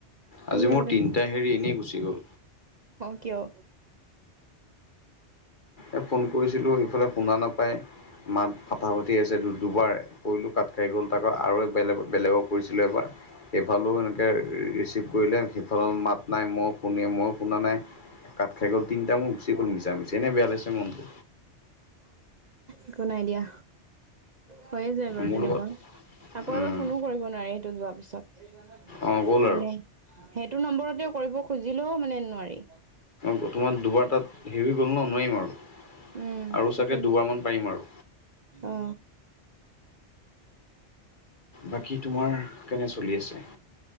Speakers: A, on the right (about 45°); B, on the left (about 45°).
A: তুমি
B: আজি মোৰ
A: আগতে
B: তিনিটা হেৰি এনেই গুচি গ'ল।
A: কিয়
B: এ ফোন কৰিছিলো ইফালে শুনা নাপায় মাত ফটা ফুটি আছে দুবাৰ কৰিলো কাট খাই গ'ল তাকৌ আৰু বেলেগ বেলেগক কৰিছিলো এবাৰ সেইফালেও এনেকৈ ৰিচিভ কৰিলে সেইফালৰ মাত নাই মই শুনি মই শুনা নাই কাত খাই গ'ল তিনিটা মোৰ গুচি গ'ল মিছা মিছি এনে বেয়া লৈছে মনটো।
A: একো নাই দিয়া হৈয়ে যায় বাৰু
B: মোৰ
A: তেনেকুৱা
B: লগত
A: আকৌ
B: উম
A: এবাৰ ফোনো কৰিব নোৱাৰে সেইটো যোৱাৰ পিছত
B: অঁ গ'ল
A: মানে- সেইটো নম্বৰতেও কৰিব খুজিলেও মানে নোৱাৰি।
B: বৰ্তমান দুবাৰ টাত হেৰি গ'ল ন নোৱাৰিম আৰু
A: উম
B: আৰু
A: সেইটোৱেই
B: চাগে দুবাৰমান পাৰিম আৰু
A: অ
B: বাকী তোমাৰ কেনে চলি আছে।